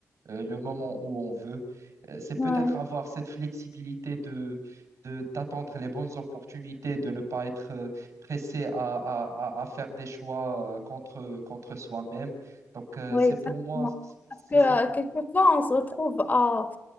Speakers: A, on the right (about 65°); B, on the left (about 35°).
A: euh, le moment où on veut. Euh, c'est peut-être
B: ouais,
A: avoir cette flexibilité de, de, d'attendre les bonnes opportunités, de ne pas être euh, pressé à, à, à, à faire des choix euh, contre, contre soi-même. Donc euh,
B: ouais,
A: c'est
B: exactement.
A: pour moi, c'est
B: Parce
A: c'est
B: que
A: ça.
B: euh, quelquefois,
A: Le succès.
B: on se retrouve à,